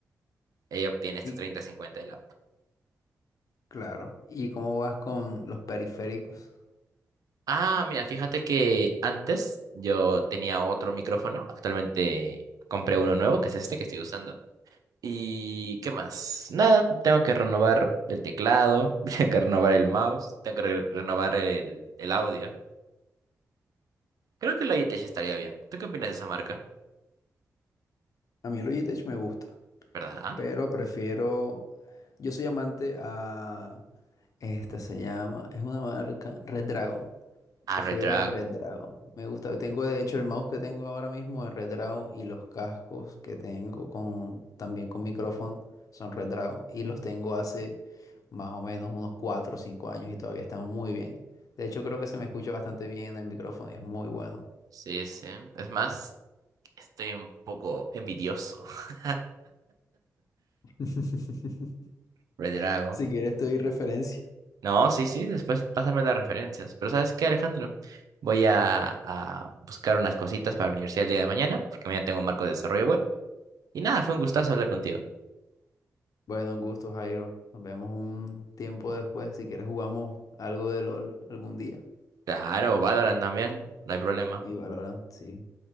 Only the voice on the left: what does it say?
Y
claro, ¿y cómo vas con los periféricos?
A mí el Logitech me gusta,
pero prefiero... Yo soy amante a Esta se llama, es una marca Red Dragon.
Prefiero
Red Dragon. Me gusta, tengo de hecho el mouse que tengo ahora mismo es Red Dragon y los cascos que tengo con también con micrófono son Red Dragon y los tengo hace más o menos unos 4 o 5 años y todavía están muy bien. De hecho creo que se me escucha bastante bien en el micrófono y es muy bueno.
<laughs>
Si quieres te doy referencia.
Bueno, un gusto, Jairo. Nos vemos un tiempo después. Si quieres jugamos algo de LOL algún día.
Y valoran, sí.